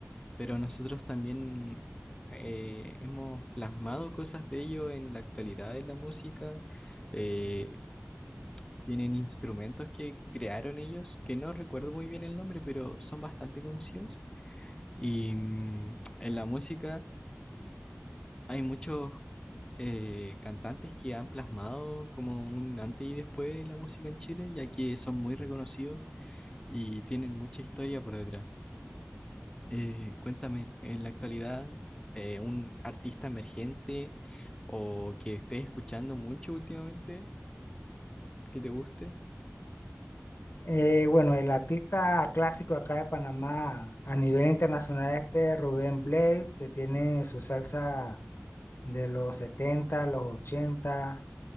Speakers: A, on the left; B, on the left.
A: pero nosotros también eh, hemos plasmado cosas de ellos en la actualidad en la música. eh, tienen instrumentos que crearon ellos, que no recuerdo muy bien el nombre, pero son bastante conocidos. Y mm, en la música hay muchos eh, cantantes que han plasmado como un antes y después en la música en Chile, ya que son muy reconocidos y tienen mucha historia por detrás. Eh, cuéntame, en la actualidad, eh, un artista emergente o que estés escuchando mucho últimamente, que te guste.
B: Eh, bueno, el artista clásico acá de Panamá a nivel internacional este Rubén Blades, que tiene su salsa de los 70, los 80,